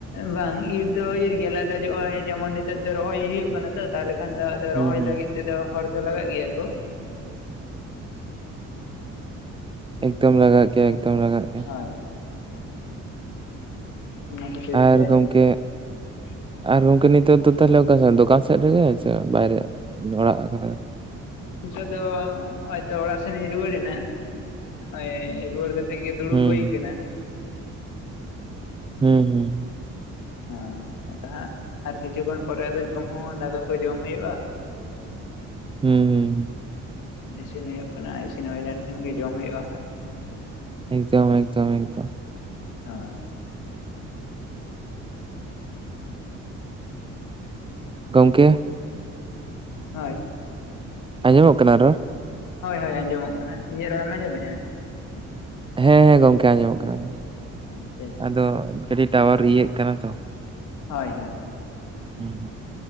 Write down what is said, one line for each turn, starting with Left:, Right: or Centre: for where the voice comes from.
Left: ᱵᱟᱝ, ᱤᱨ ᱫᱚ ᱤᱨ ᱜᱮ ᱟᱞᱮᱫᱚ ᱡᱚᱼᱚᱭ ᱡᱮᱢᱚᱱ ᱱᱤᱛᱳᱜ ᱫᱚ ᱨᱚᱦᱚᱭ ᱦᱩᱭᱩᱜ ᱠᱟᱱᱟ ᱛᱚ ᱛᱟᱦᱚᱞᱮ ᱠᱷᱟᱱ ᱫᱚ
Right: ᱦᱩᱸ
Left: ᱨᱚᱦᱚᱭ
Right: ᱦᱩᱸ
Left: ᱞᱟᱹᱜᱤᱜ ᱛᱮᱫᱚ ᱦᱚᱲ ᱫᱚ ᱞᱟᱜᱟᱜ ᱜᱮᱭᱟ ᱠᱚ᱾
Right: ᱮᱠᱫᱚᱢ ᱞᱟᱜᱟᱜ ᱜᱮᱭᱟ, ᱮᱠᱫᱚᱢ ᱞᱟᱜᱟᱜ ᱜᱮᱭᱟ᱾
Left: ᱦᱳᱭ ᱦᱳᱭ᱾ ᱚᱱᱟ ᱠᱷᱟᱹᱛᱤᱨ
Right: ᱟᱨ
Left: ᱛᱮ
Right: ᱜᱚᱝᱠᱮ
Left: <inaudible>
Right: ᱟᱨ ᱜᱚᱝᱠᱮ ᱱᱤᱛᱚᱜ ᱫᱚ ᱛᱟᱦᱚᱞᱮ ᱚᱠᱟ ᱥᱮ ᱫᱚᱠᱟᱱ ᱥᱮᱫ ᱨᱮᱜᱮ ᱥᱮ ᱵᱟᱭᱨᱮ ᱚᱲᱟᱜ ᱠᱚᱨᱮ?
Left: ᱱᱤᱛᱚᱜ ᱫᱚ ᱚᱭᱛᱚ ᱚᱲᱟᱜ ᱥᱮᱱᱤᱧ ᱨᱩᱣᱟᱹᱲ ᱮᱱᱟ, ᱚᱭ ᱨᱩᱣᱟᱹᱲ ᱠᱟᱛᱮ ᱛᱮᱜ ᱜᱮ ᱫᱩᱲᱩᱵ
Right: ᱦᱩᱸ
Left: ᱦᱳᱭ ᱠᱟᱱᱟ᱾
Right: ᱦᱩᱸ ᱦᱩᱸ᱾
Left: ᱦᱳᱭ ᱟᱫᱚ ᱦᱟᱸᱜ ᱟᱨ ᱠᱤᱪᱷᱩ ᱠᱷᱚᱱ ᱯᱚᱨᱮ ᱟᱫᱚ ᱡᱚᱢ ᱦᱚᱸ ᱫᱟᱠᱟ ᱠᱚ ᱡᱚᱢ ᱦᱩᱭᱳᱜᱼᱟ᱾
Right: ᱦᱩᱸ᱾
Left: ᱤᱥᱤᱱ ᱦᱩᱭᱳᱜ ᱠᱟᱱᱟ, ᱤᱥᱤᱱ ᱦᱩᱭ ᱞᱮᱱᱠᱷᱟᱱ ᱜᱮ ᱡᱚᱢ ᱦᱩᱭᱩᱜᱼᱟ ᱦᱟᱸᱜ᱾
Right: ᱮᱠᱫᱚᱢ ᱮᱠᱫᱚᱢ ᱮᱠᱫᱚᱢ᱾
Left: ᱦᱳᱭ᱾
Right: ᱜᱚᱝᱠᱮ᱾
Left: ᱦᱳᱭ᱾
Right: ᱟᱸᱡᱚᱢᱚᱜ ᱠᱟᱱᱟ ᱨᱚᱲ?
Left: ᱦᱳᱭ ᱦᱳᱭ ᱟᱸᱡᱚᱢᱚᱜ ᱠᱟᱱᱟ, ᱤᱧᱟᱹᱜ ᱨᱚᱲᱮᱢ ᱟᱸᱡᱚᱢᱮᱜᱼᱟ?
Right: ᱦᱮᱸ ᱦᱮᱸ ᱜᱚᱝᱠᱮ ᱟᱸᱡᱚᱢᱚᱜ ᱠᱟᱱᱟ <inaudible>
Left: ᱟᱸᱪᱪᱟᱡ
Right: ᱟᱫᱚ ᱠᱟᱹᱴᱤᱡ ᱴᱟᱣᱟᱨ ᱤᱭᱟᱹᱜ ᱠᱟᱱᱟ ᱛᱚ᱾
Left: ᱦᱚᱭ ᱦᱚᱭ᱾
Right: ᱦᱩᱸ